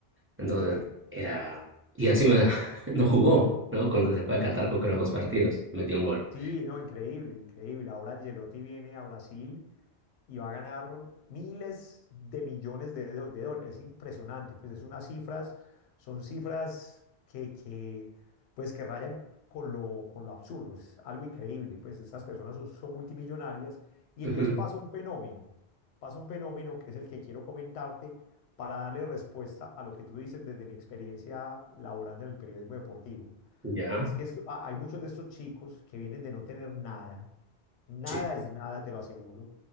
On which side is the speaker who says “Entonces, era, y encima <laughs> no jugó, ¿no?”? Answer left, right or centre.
Right